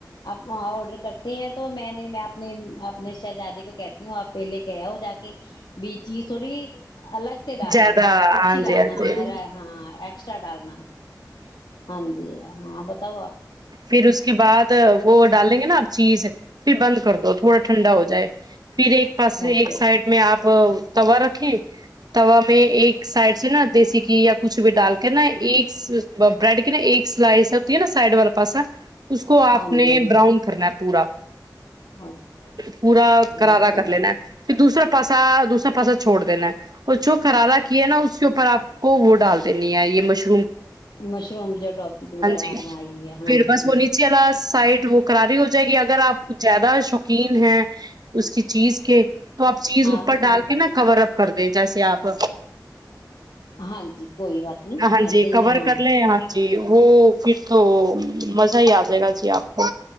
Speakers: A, on the left; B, on the right.
A: اب آڈر کرتے ہیں تو میں نے میں اپنے اپنے شہزادے کہتی ہوں آپ پہلے کہ ہو جا کے بی چیز تھوڑی الگ سے ڈالنا
B: زیادہ
A: مطلب اچھی
B: ہاں
A: ڈالناے
B: جی ہاں جی
A: ہاں <unintelligible> ایکسٹرا ڈالنا <unintelligible> ہاں جی ہاں بتاؤ آپ
B: پھر اس کے بعد وہ ڈالیں گے نا آپ چیز پھر بند کر دو تھوڑا ٹھنڈا ہو جائے پھر ایک پاس
A: اوکے
B: ایک سائڈ میں آپ توا رکھیں توا میں ایک سائڈ سے نا دیسی گھی یا کچھ بھی ڈال کے نا ایک بریڈ کی نا ایک سلائس ہوتی ہے نا سائڈ والا پس <unintelligible> اس کو آپ
A: ہاں
B: نے
A: جی ہاں جی
B: براؤن کرنا ہے پورا
A: اوکے
B: پورا کرارا
A: اچھا
B: کر
A: جی
B: لینا ہے پھر دوسرا پاسا دوسرا پاسا چھوڑ دینا ہے اور جو کرارا کیا ہے نا اس کے اوپر آپ کو وہ ڈال دینی ہے یہ مشہور
A: مشروم جو ٹوپک وغیرہ
B: جی
A: بنائی ہے ہاں
B: پھر
A: جی
B: بس
A: ہاں جی
B: وہ نیچیء ال سائڈ وہ کراری ہو جائے گی اگر آپ زیادہ شوقین ہیں اس کی چیز کے تو آپ چیز
A: ہاں
B: اوپر
A: بھی
B: ڈال کے نا کور اپ کر دیں جیسے آپ
A: ہاں جی کوئی بات نہیں
B: ہاں
A: ایسے
B: جی کور
A: ہی
B: کر لے ہاں جی وہ پھر تو مزہ ہی آ جائے گا جی آپ کو